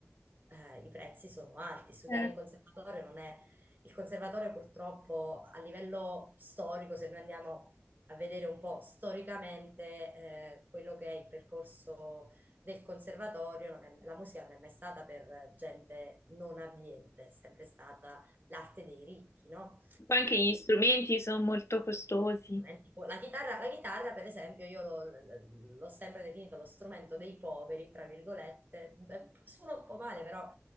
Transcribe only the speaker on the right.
eh, i prezzi sono alti. Studiare
in conservatorio non è... Il conservatorio purtroppo a livello storico, se noi andiamo a vedere un po' storicamente eh, quello che è il percorso del conservatorio. Non è- la musica non è mai stata per gente non abbiente, è sempre stata l'arte dei ricchi, no?
Strumenti po- La chitarra, la chitarra, per esempio, io l'ho l- l'ho sempre definita lo strumento dei poveri, tra virgolette. Beh, Suona un po' male, però